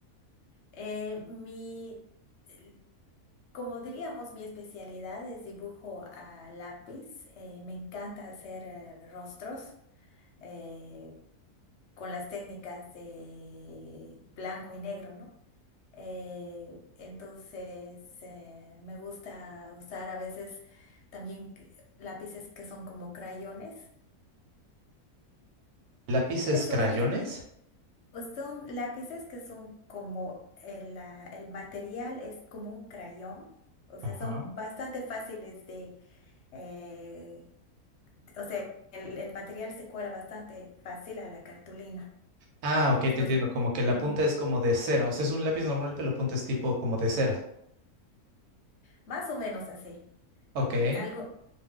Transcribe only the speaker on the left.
Eh, mi, el- como diríamos, mi especialidad es dibujo a lápiz. Eh, me encanta hacer eh, rostros eh, con las técnicas de blanco y negro, ¿no? Eh, entonces, eh, me gusta usar a veces también que- lápices que son como crayones.
Eso
basi- son lápices que son como el, la- el material es como un crayón. O sea,
son bastante fáciles de, eh, o sea, el, el material se cuela bastante fácil a la cartulina.
Entonces,
nos-
Ujú.
más o menos así.
Algo.